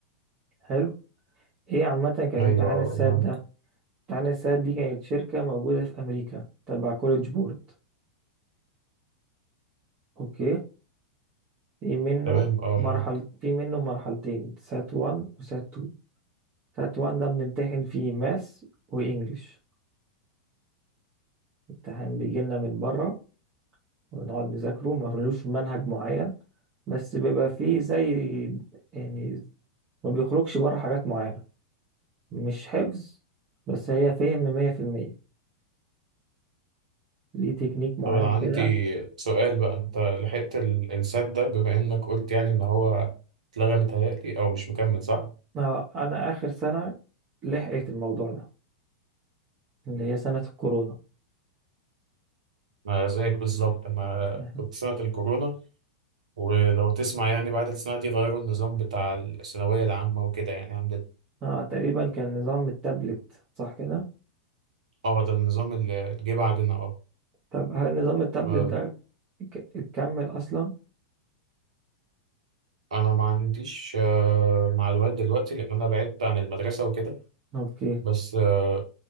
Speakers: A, on the right; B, on the right.
A: حلو ايه عامة كان
B: ايوه
A: امتحان
B: آه،
A: السات
B: معاك
A: ده تعني الساعات دي كانت شركة موجودة في أمريكا تبع كوليدج بورد أوكي في منه
B: تمام اه
A: مرحل
B: معاك
A: في منه مرحلتين سات 1 وسات 2 سات 1 ده بنمتحن فيه ماس وإنجلش امتحان بيجيلنا من بره ونقعد نذاكره ملوش منهج معين بس بيبقى فيه زي يعني ما بيخرجش بره حاجات معينة مش حفظ بس هي فهم مية في المية ليه تكنيك معين
B: طب انا عندي
A: كده
B: سؤال بقى انت لحقت ال- السات ده بما انك قلت يعني ان هو اتلغى متهيألي او مش مكمل صح؟
A: آه، أنا آخر سنة لحقت الموضوع ده اللي هي سنة الكورونا
B: ما زيك بالظبط ما
A: احنا
B: كنت سنة الكورونا ولو تسمع يعني بعد السنة دي غيروا النظام بتاع الثانوية العامة وكده يعني عندنا
A: آه تقريبا كان نظام التابلت صح كده
B: اه ده النظام اللي جه بعدنا اه
A: طب هل نظام التابلت
B: آه،
A: ده ك- اتكمل اصلا
B: انا ما عنديش آه، معلومات دلوقتي لان انا بعدت عن المدرسة وكده
A: اوكي
B: بس آه،